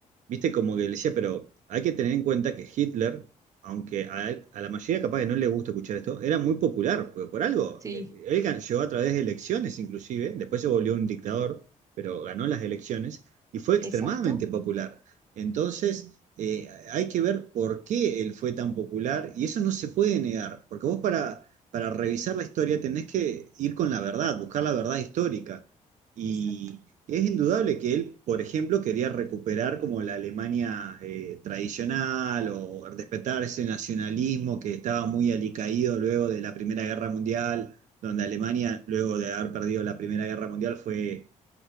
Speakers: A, on the right (about 65°); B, on the right (about 25°).
A: viste, como que le decía, pero hay que tener en cuenta que Hitler, aunque a, a la mayoría capaz que no le gusta escuchar esto, era muy popular, porque por algo,
B: Sí,
A: eh, él gan- llegó a través de elecciones inclusive, después se volvió un dictador pero ganó las elecciones y fue extremadamente
B: exacto,
A: popular. Entonces, eh, hay que ver por qué él fue tan popular y eso no se puede negar, porque vos para, para revisar la historia tenés que ir con la verdad, buscar la verdad histórica. Y
B: exacto,
A: es indudable que él, por ejemplo, quería recuperar como la Alemania eh, tradicional o respetar ese nacionalismo que estaba muy alicaído luego de la Primera Guerra Mundial, donde Alemania, luego de haber perdido la Primera Guerra Mundial, fue